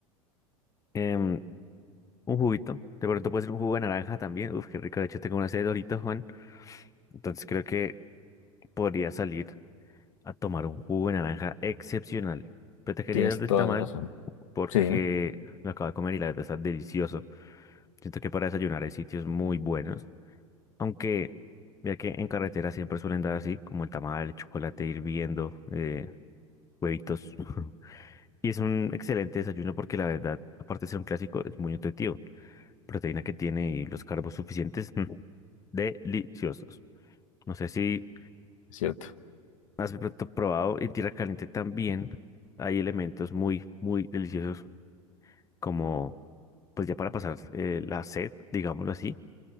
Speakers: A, on the left (about 20°); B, on the left (about 70°).
A: em, un juguito. De pronto puede ser un jugo de naranja también. Uf, qué rico. De hecho, tengo una sed de Doritos, Juan. Entonces creo que podría salir a tomar un jugo de naranja excepcional. Pero te quería
B: tienes
A: dar del
B: toda
A: tamal
B: la razón.
A: porque
B: Sí, dime,
A: lo acabo de comer y la verdad está delicioso. Siento que para desayunar hay sitios muy buenos. Aunque, mira que en carretera siempre suelen dar así, como el tamal, el chocolate hirviendo, eh, huevitos. <laughs> Y es un excelente desayuno porque la verdad, aparte de ser un clásico, es muy nutritivo. proteína que tiene y los carbos suficientes. mm, Deliciosos. No sé si
B: es cierto.
A: has de pronto probado en tierra caliente también hay elementos muy, muy deliciosos como, pues ya para pasar eh, la sed, digámoslo así,